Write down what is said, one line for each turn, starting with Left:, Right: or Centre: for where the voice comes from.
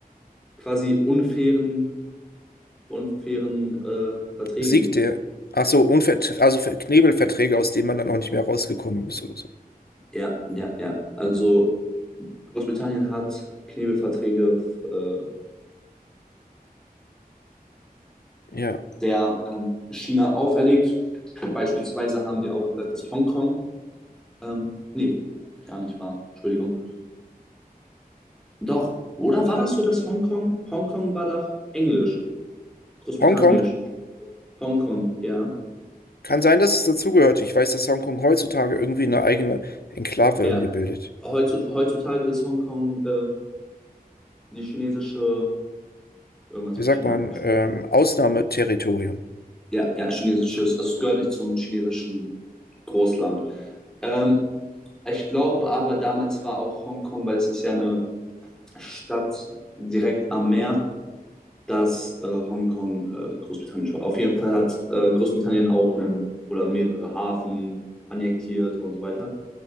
Centre: quasi unfairen, unfairen äh, Verträgen.
Left: siegte. Ach so, Unver- also Ver- Knebelverträge, aus denen man dann auch nicht mehr rausgekommen ist oder so.
Centre: Ja, ja, ja. Also Großbritannien hat Knebelverträge äh,
Left: Ja.
Centre: der ähm, China auferlegt. Beispielsweise haben die auch gesagt, dass Hongkong, ähm, nee, gar nicht wahr, Entschuldigung. Doch, oder war das so, dass Hongkong, Hongkong war doch Englisch, Großbritannisch,
Left: Hongkong?
Centre: Hongkong, ja,
Left: Kann sein, dass es dazugehört. Ich weiß, dass Hongkong heutzutage irgendwie eine eigene Enklave
Centre: ja.
Left: irgendwie bildet.
Centre: Heutzu- Heutzutage ist Hongkong äh, die chinesische, irgendwas
Left: Wie
Centre: mit
Left: sagt
Centre: China.
Left: man? Ähm, Ausnahmeterritorium.
Centre: Ja, ja, chinesisches, also es gehört nicht zum chinesischen Großland. Ähm, ich glaube aber, damals war auch Hongkong, weil es ist ja eine Stadt direkt am Meer, dass äh, Hongkong äh, Großbritannien war. Auf jeden Fall hat äh, Großbritannien auch einen oder mehrere Hafen annektiert und so weiter.